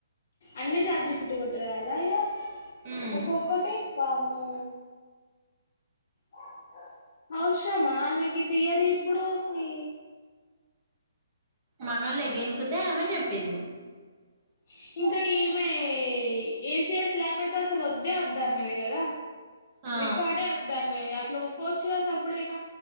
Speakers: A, on the left; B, on the right.
A: అన్నీ చాట్ జి పిటి కొట్టెర ఆళ్ళ య్య
B: ఉమ్
A: ఒక్కొక్కటి వామ్మో బౌ బౌ అవసరమా ఆమెకి థీయరి ఇప్పుడు ఫి...
B: మనళ్ళీ గేలుకుతే ఆమె చెప్పింది
A: <inaudible> ఇంకా ఈమె ఏసిఎస్ ల్యాబ్ అయితే అస్సలు వద్దే వద్ద అన్నది గదా
B: ఆ
A: రికార్డె వద్దన్నది అట్లా ఊకోవచ్చుగ సప్పుడెక